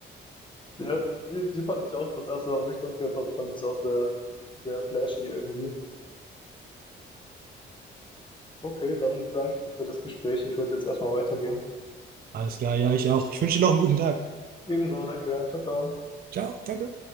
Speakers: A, on the left; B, on the right.
A: Ja, die die fand ich auch das erste Mal, wo ich das gehört habe, fand ich's auch sehr, sehr flashy irgendwie. Okay, dann bedanke ich mich für das Gespräch. Ich würde jetzt erstmal weitergehen.
B: Alles klar, ja, ich auch. Ich wünsche dir noch einen guten Tag.
A: Ebenso, danke. Tschau, tschau.
B: Ciao, danke.